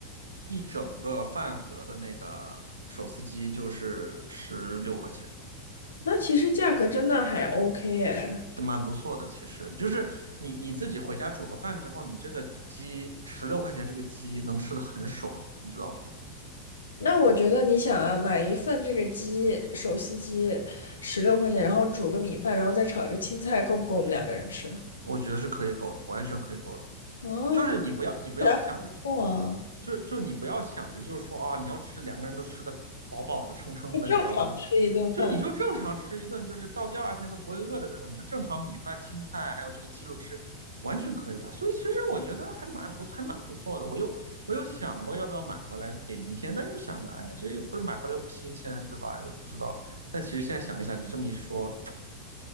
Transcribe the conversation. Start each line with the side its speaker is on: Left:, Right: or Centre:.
Right: 一整个饭盒的那个手撕鸡就是十六块钱，
Left: 那其实价格真的还 OK 哎。
Right: 蛮不错的。其实就是你你自己回家煮了饭之后，你这个鸡十六块钱，这个鸡能吃的很爽，你知道吗？
Left: 那我觉得你想啊，买一份这个鸡手撕鸡，十六块钱，然后煮个米饭，然后再炒一个青菜，够不够我们两个人吃？
Right: 我觉得是可以够的，完全可以够的。
Left: 哦，
Right: 就是你不要你不要想，
Left: 那看起来很不错啊，
Right: 就就就你不要想着就是说啊，你要吃两个人都吃的饱饱的撑撑的，
Left: 就正常吃一顿饭。
Right: 你知道吗？就你就正常吃一顿，就是到第二天都不会饿的那种，你就正常米饭、青菜还有这个鸡肉吃，完全可以啊。所以其实我觉得还蛮不还蛮不错的。我又我又想过要不要买回来给明天，但又想着，哎呀，这又不是买回来又不新鲜，对吧？又不知道。但其实现在想一想，你这么一说，